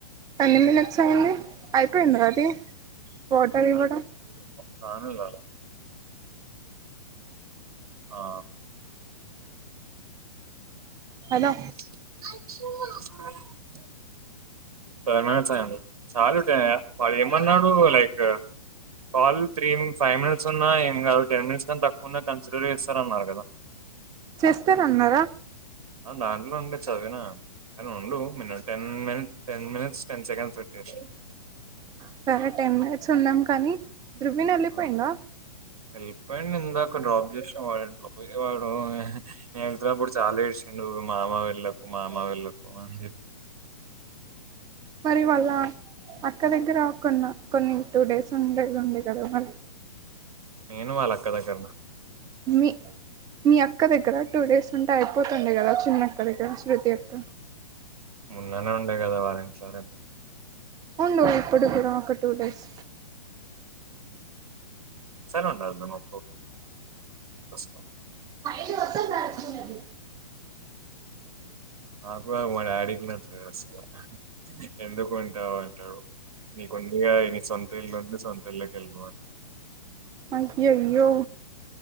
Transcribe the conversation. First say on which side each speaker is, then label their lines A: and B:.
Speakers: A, on the right; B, on the right.
A: ఎన్ని మినిట్స్ అయింది అయిపోయిందది వాటర్ ఇవ్వడం
B: కానులారా ఆ
A: హలో
B: <unintelligible> ఫైవ్ మినిట్స్ అయింది చాలు ద్ వాడు ఏమన్నాడు like call three five minutes ఉన్నా ఏం గాదు టెన్ మినిట్స్ కాన్ తక్కువ ఉన్నా కన్సిడర్ చేస్తాన్నానరు గదా
A: చేస్తానన్నారా
B: ఆ దాంట్లో ఉండే చదివినా కానీ ఉండు minute and minute ten minutes ten seconds పెట్టేసేయ్
A: సరే టెన్ మినిట్స్ ఉందం కానీ రుకగిన్ వెళ్ళిపోయీడా
B: ఆ, వెళ్ళిపోయింది ఇందాక డ్రాప్ చేసినాం వాల్ ఇంట్లో పోయ వాడు నేను వెళ్తునప్పుడు చాలా ఏడ్చిండు మామ వెళ్ళకు మామ వెళ్ళకు అన్ జెప్పి
A: మరి వాళ్ళ అత్ క్క దగ్గర కొన్నా కొన్ని టూ డేస్ ఉండే దుండే గదా మరి
B: నేను వాల్ అక్క దగ్గర్నా
A: మీ మీ అక్క దగ్గర టూ డేస్ ఉంటే అయిపోతుండే గదా చిన్నక్క దగ్గర శృతి అక్క
B: మోన్ననే ఉండే కదా వారిఛాన్
A: ఉండు ఇప్పుడు కూడా ఒక టూ డేస్
B: అస్సలు ఉండను <unintelligible>
A: ఫైల్ ఒక్కటి మార్చుకున్నది
B: నాకు గద్ మా డాడీకి నచ్చదు అసలు ఎందుకు ఉంటావ్ అంటాడు నీకుందిగా నీ సొంత ఇళ్ళుంది సొంత ఇళ్ళకి వెళ్ళిపో అంటాడు
A: అయ్యయ్యో